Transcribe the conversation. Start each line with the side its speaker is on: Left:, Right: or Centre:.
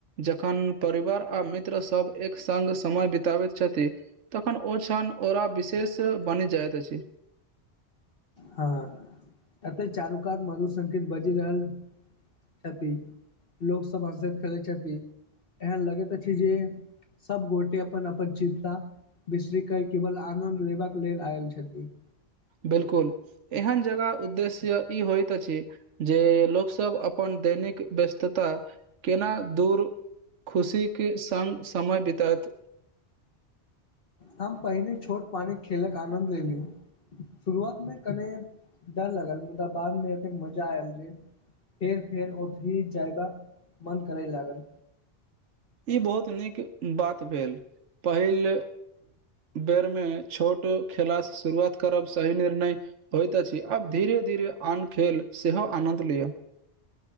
Right: जखन परिवार आ मित्र सब एक संग समय बितबैत छथि तखन ओ छन ओरा विशेष बनि जाइत अछि
Left: हाँ एते चारुकात मधु संकेत बजि रहल हेप्पी लोकसभ हंसित करैत छथि एहन लगैत अछि जे सब गोटे अपन अपन चिंता बिसरि कऽ केवल आनंन्द लेबा लेल आयल छथिन
Right: बिल्कुल एहन जगह उद्देश्य ई होइत अछि जे लोक सभ अपन दैनिक व्यस्तता केना दूर। खुशीक संग समय बितबैत।
Left: हम पहिने छोट पानीमे खेलक आनन्द लैत छलहुँ। शुरुआतमे कनी डर लगल, मुदा बादमे एतेक मजा आयल जे फेर फेर ओतहि जाएबाक मन करय लागल।
Right: ई बहुत नीक बात भेल पहिले बेरमे छोट खेलासँ शुरुआत करब सही निर्णय छल। होइत अछि, आब धीरे धीरे आन खेलक सेहो आनन्द लिअ।